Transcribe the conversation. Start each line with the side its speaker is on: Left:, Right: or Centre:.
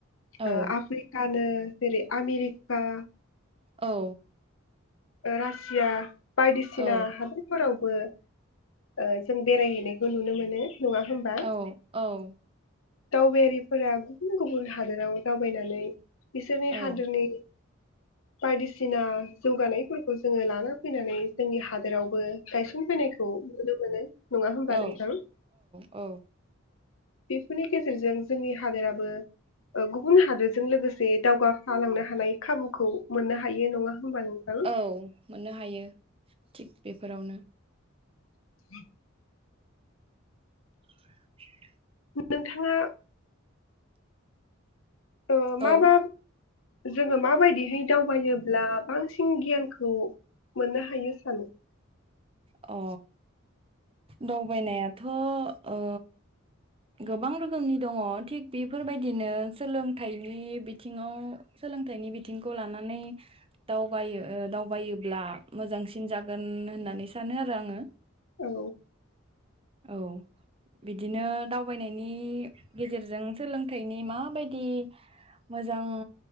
Left: ओ
Right: औ
Left: आफ्रिक कानो जेरै आमेरिका
Right: औ
Left: ओ रासिया बायदिसिना
Right: औ
Left: हादरफोराव बो ओ जों बेराय हैनायखौ नुनो मोनो नङा होमबा
Right: औ औ
Left: दावबायारिफोरा गुबुन गुबुन हादोराव दावबायनानै बिसोरनि
Right: औ
Left: हादोरनि बायदिसिना जौगानाय फोरखौ जोङो लाना फैनानै जोंनि हादोरावबो गायसन फैनायखौ नुनो मोनो नंङा होमबा
Right: औ
Left: नोंथां?
Right: औ
Left: बेफोरनि गेजेरजों जोंनि हादोराबो ओ गुबुन हादोरजों लोगोसे दावगाफालांनो हानाय खाबुखौ मोननो हायो नंङा होमबा नोंथां?
Right: औ मोननो हायो थिग बेफोरावनो
Left: <inaudible>
Right: <inaudible>
Left: नोंथांङा ओ मा
Right: औ
Left: मा? जोङो माबायदिहै दावबायोब्ला बांसिन गियानखौ मोननो हायो सानो
Right: अ दावबायनायाथ' ओ गोबां रोखोमनि दंङ थिग बेफोरबायदिनो सोलोंथाइनि बिथिंङाव सोलोंथाइनि बिथिंखौ लानानै दावाबायो ओ दावबायोब्ला मोजांसिन जागोन होननानै सा सानो आरो आंङो
Left: औ
Right: औ बिदिनो दावबायनायनि गेजेरजों सोलोंथाइनि माबायदि मोजां